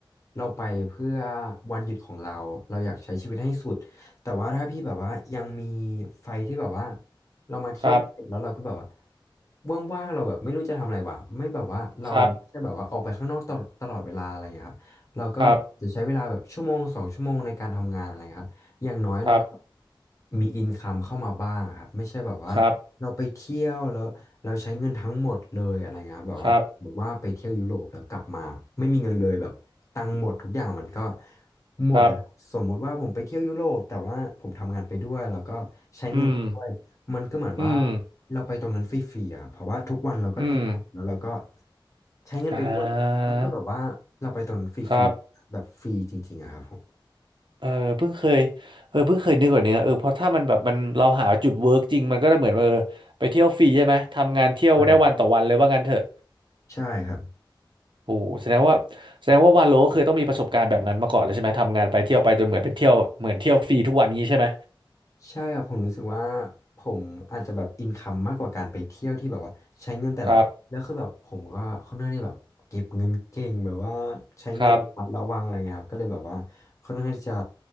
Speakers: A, on the left; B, on the right.
A: เราไปเพื่อวันหยุดของเราเราอยากใช้ชีวิตให้สุดแต่ว่าถ้าพี่แบบว่ายังมีไฟที่แบบว่าเรามาเที่ยวด้วนแล้วเราก็แบบว่า
B: ครับ
A: ว่างๆเราแบบไม่รู้จะทำอะไรวะไม่แบบว่าเราใช่แบบว่าออกไปข้างนอกตลอดตลอดเวลาอะไรอย่างเงี้ยครับเราก็แบบจะใช้เวลาแบบชั่วโมงสองชั่วโมงในการทำงานอะไรครับอย่างน้อยเราก็
B: ครับครับครับ
A: มีอินคัมเข้ามาบ้างครับไม่ใช่แบบว่า
B: ครับ
A: เราไปเที่ยวแล้วเราใช้เงินทั้งหมดเลยอะไรเงี้ยครับแบบว่าสมมติว่าไปเที่ยวยุโรปแล้วกลับมาไม่มีเงินเลยแบบตังค์หมดทุกอย่างมันก็
B: ครับ
A: หมดอะสมมุติว่าผมไปเที่ยวยุโรปแต่ว่าผมทำงานไปด้วยแล้วก็ใช้เงินไปด้วยมันก็เหมือนว่า
B: ครับอืมอืม
A: เราไปตรงนั้นฟรีๆอ่ะเพราะว่าทุกวันเราก็ทำงานแล้วเราก็
B: อืม
A: ใช้เงินไปด้วยมันก็แบบว่าเราไปตรงนั้นฟรีๆแบบฟรีจริงๆอะครับผม
B: อ่าครับเออเพิ่งเคยเออเพิ่งเคยนึกแบบนี้นะเออเพราะถ้ามันแบบมันเราหาจุดเวิร์กจริงมันก็จะเหมือนเออไปเที่ยวฟรีใช่ไหมทำงานเที่ยวได้วันต่อวันเลยว่างั้นเถอะ
A: อ่าใช่ครับ
B: โอ้โหแสดงว่าแสดงว่าวาโลเคยต้องมีประสบการณ์แบบนั้นมาก่อนเลยใช่ไหมทำงานไปเที่ยวไปจนเหมือนเป็นเที่ยวเหมือนเที่ยวฟรีทุกวันงี้ใช่ไหม
A: ใช่ครับผมรู้สึกว่าผมอาจจะแบบอินคัมมากกว่าการไปเที่ยวที่แบบว่าใช้เงินแต่ละวันแล้วคือแบบผมก็ค่อนข้างที่แบบเก็บเงินเก่งแบบว่าใช้เงินระมัดระวังอะไรเงี้ยครับก็เลยแบบว่าค่อนข้างที่จะ
B: ครับครับ